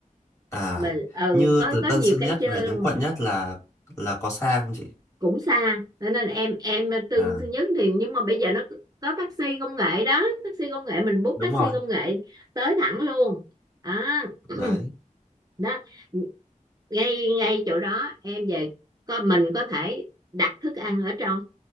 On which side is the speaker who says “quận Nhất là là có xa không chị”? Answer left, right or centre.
Left